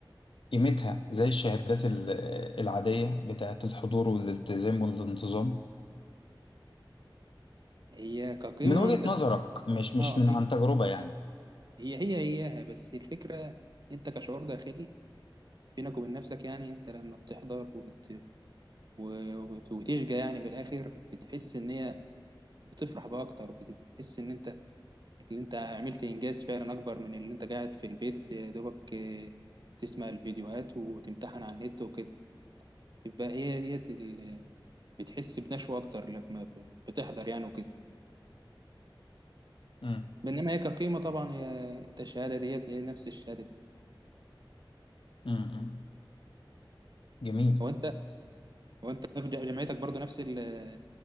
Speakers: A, on the left; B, on the right.
A: قيمتها زي الشهادات ال- العادية بتاعت الحضور والالتزام والانتظام
B: هي كقيمة
A: من وجهة
B: انت بتحبها
A: نظرك مش مش
B: اه
A: من
B: هي
A: عن تجربة يعني
B: هي هي هياها بس الفكرة انت كشعور داخلي بينك وبين نفسك يعني انت لما بتحضر وبت... و- وبت... وتشجع يعني بالاخر بتحس ان هي بتفرح بقى اكتر بت- بتحس ان انت اللي انت عملت انجاز فعلا اكبر من اللي انت قاعد في البيت يا دوبك آه، تسمع الفيديوهات وتمتحن على النت وكده يبقى هي ديت ال... بتحس بنشوة اكتر لما بتحضر يعني وكده
A: امم
B: بينما هي كقيمه طبعا هي انت الشهاده ديت هي نفس الشهاده دي
A: امم جميل
B: هو انت هو انت في جامعتك برضو نفس ال...